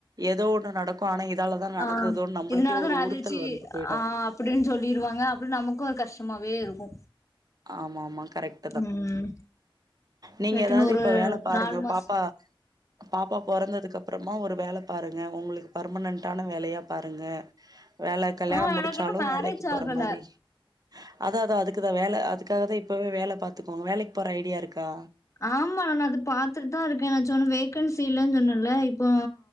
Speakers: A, on the right; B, on the left.
A: எதோ ஒண்ணு நடக்கு ஆனா இதாலதா நடந்துதோனு
B: ஆ
A: நம்பளுக்கே
B: இதனாலதா
A: ஒரு
B: நடந்துருச்சு
A: உறுத்தல் வந்து போயிடு
B: ஆ அப்டின்னு சொல்லிருவாங்க அப்ற நமக்கும அது கஷ்டமாவே இருக்கு
A: ஆமா ஆமா கரெக்
B: ம்
A: நீங்க
B: வெட்டுன்னு
A: எதாது
B: ஒரு
A: இப்ப வேல பாருங்க
B: நாலு மாசம்
A: பாப்பா பாப்பா பொறந்ததுக்கப்பறமா ஒரு வேல பாருங்க உங்களுக்கு பர்மனன்ட்டான வேலயா பாருங்க வேல கல்யாணோ
B: ஆ
A: முடிச்சாலு
B: எனக்கு இன்னு மேரேஜ்
A: வேலைக்கி போற
B: ஆகல
A: மாரி அதாதா அதுக்குதா வேல அதுக்காகதா இப்பவே வேல பாத்துக்கோங்க வேலக்கி போற ஐடியா இருக்கா
B: ஆமா நான் அது பாத்துட்டுதா இருக்கேன் நான் சொன்ன வேகன்சி இல்லன்னு சொன்னன்ல்ல இப்போ